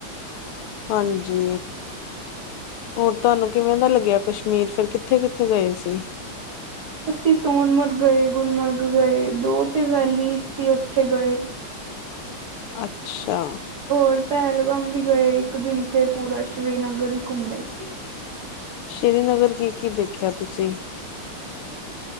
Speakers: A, on the left; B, on the right.
A: ਹਾਂਜੀ, ਹੋਰ ਤੁਹਾਨੂੰ ਕਿਵੇਂ ਦਾ ਲੱਗਿਆ ਕਸ਼ ਮੀਰ ਫਿਰ, ਕਿੱਥੇ ਕਿੱਥੇ ਗਏ ਸੀ?
B: ਅਸੀਂ ਸੋਨਮਰਗ ਗਏ, ਗੁਲਮਰਗ ਗਏ ਦੋ ਤੇ ਵੈਲੀ ਸੀ ਉੱਥੇ ਗਏ।
A: ਅੱਛਾ।
B: ਹੋਰ ਪਹਿਲਗਾਮ ਵੀ ਗਏ, ਇੱਕ ਦਿਨ ਤੇ ਪੂਰਾ ਸ਼੍ਰੀਨਗਰ ਵੀ ਘੁੰਮੇ ਸੀ।
A: ਸ਼੍ਰੀਨਗਰ ਕੀ ਕੀ ਦੇਖਿਆ ਤੁਸੀਂ?